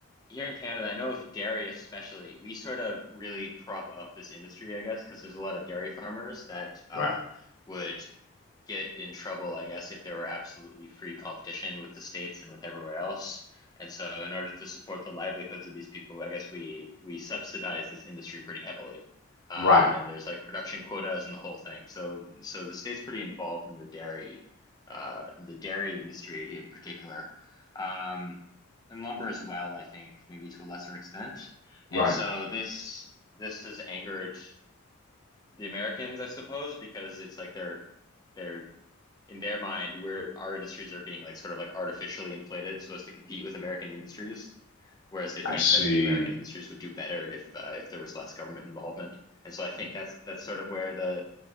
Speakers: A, on the left; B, on the left.
A: Here in Canada, I know with dairy especially, we sort of really prop up this industry, I guess, because there's a lot of dairy farmers that uh,
B: right,
A: would get in trouble, I guess, if there were absolutely free competition with the states and with everywhere else. And so, in order to support the livelihoods of these people, I guess we we subsidize this industry pretty heavily. Uh,
B: right,
A: and there's like production quotas and the whole thing. So, so the state's pretty involved in the dairy, uh, in the dairy industry in particular, um, and lumber as well. I think maybe to a lesser extent.
B: right.
A: And so this this has angered the Americans, I suppose, because it's like they're they're in their mind, where our industries are being like sort of like artificially inflated so as to compete with American industries, whereas they think
B: I see.
A: that the American industries would do better if uh, if there was less government involvement. And so I think that's that's sort of where the